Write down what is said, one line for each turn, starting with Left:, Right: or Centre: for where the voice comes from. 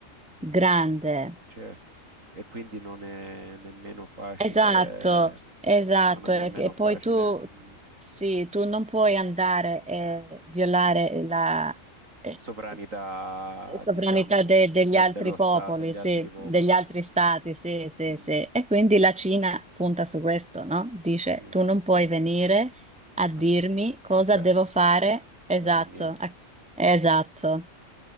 Centre: grande.
Right: Certo, e quindi non è nemmeno facile,
Centre: Esatto, esatto.
Right: non è nemmeno
Centre: E, e
Right: facile
Centre: poi tu,
Right: mh,
Centre: sì, tu non puoi andare e violare la eh,
Right: sovranità,
Centre: eh, sovranità
Right: diciamo,
Centre: de-
Right: del-
Centre: degli altri
Right: dello Stato,
Centre: popoli,
Right: degli
Centre: sì,
Right: altri popoli.
Centre: degli altri stati, sì, sì,
Right: Mm,
Centre: sì. E quindi la Cina punta su questo, no? Dice,
Right: mm,
Centre: tu non puoi venire a
Right: a,
Centre: dirmi cosa
Right: a ca-
Centre: devo fare.
Right: a
Centre: Esatto,
Right: casa mia.
Centre: a- esatto.